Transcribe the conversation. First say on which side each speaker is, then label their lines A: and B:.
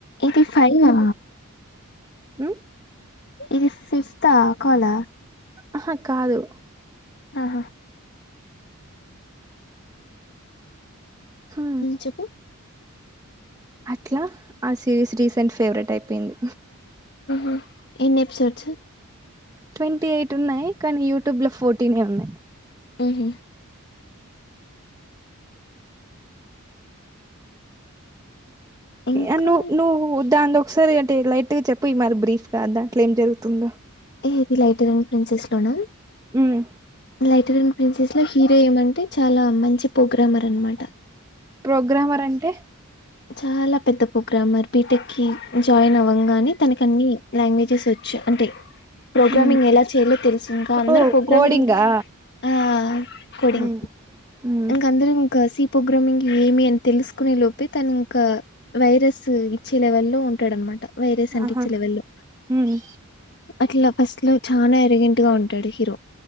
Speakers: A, on the left; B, on the right.
A: Eighty five ఆ
B: మ్
A: ఇది ఫిఫ్తా కాలా
B: ఆహా కాదు
A: ఆహా
B: హా
A: చెప్పు
B: అట్లా ఆ సిరీస్ రీసెంట్ ఫేవరెట్ అయిపోయింది
A: మ్ ఎన్ని ఎపిసోడ్స్
B: ట్వంటీ ఎయిట్ ఉన్నాయి కానీ యూట్యూబ్ లో ఫోర్టీనే ఉన్నాయి
A: ఉంహు ఇంకా
B: ఏ నువ్ నువ్వు దాన్లో ఒకసారి అంటే లైట్ గా చెప్పు ఇ మరి బ్రీఫ్గా దాంట్లో ఏం జరుగుతుందో
A: ఏ ఇది లైటర్న్ ప్రిన్సెస్ లోనా
B: ఉమ్
A: లైటర్న్ ప్రిన్సెస్ లో హీరో ఏమంటే చాలా మంచి ప్రోగ్రామర్ అన్నమాట.
B: ప్రోగ్రామర్ అంటే?
A: చాలా పెద్ద ప్రోగ్రామర్. బీటెక్ కి జాయిన్ అవ్వంగానే తనక అన్ని లాంగ్వేజెస్ వచ్చు. అంటే ప్రోగ్రామింగ్
B: ఉమ్
A: ఎలా చేయాలో తెలుసు ఇంకా అందరూ
B: ఓ
A: ప్రోగ్రామింగ్
B: కోడింగా
A: ఆ కోడింగ్
B: ఉమ్ ఉమ్
A: అందరూ ఇంకా సి ప్రోగ్రామింగ్ ఏమి అని తెలుసుకునే లోపే, తను ఇంకా వైరస్ ఇచ్చే లెవెల్ లో ఉంటాడన్నమాట. వైరేస్ అంటిచే
B: ఆహా
A: లెవెల్ లో
B: ఉమ్
A: అట్లా ఫస్ట్ లో చానా యారోగెంట్ గా ఉంటాడు హీరో